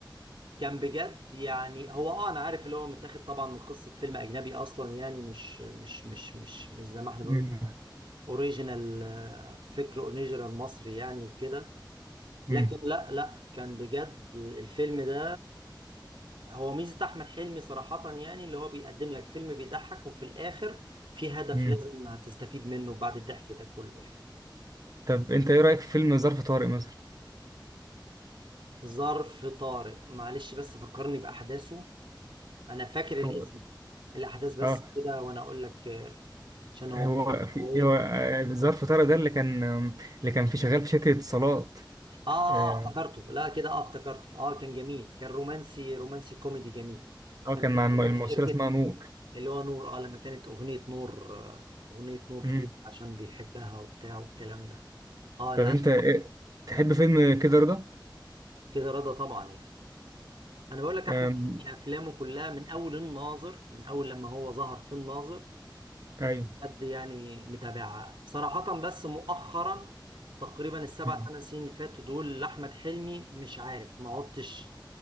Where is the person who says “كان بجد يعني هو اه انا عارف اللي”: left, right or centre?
Right